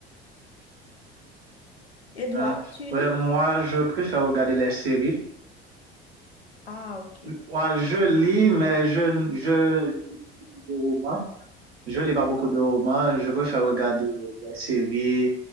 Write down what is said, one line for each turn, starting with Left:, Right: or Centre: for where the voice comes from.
Left: Et toi,
Right: Hein.
Left: tu
Right: Ouais,
Left: lis?
Right: moi, je préfère regarder les séries.
Left: Ah, ok.
Right: Moi, je lis, mais je, je, de romans. Je lis pas beaucoup de romans. Je préfère regarder les séries.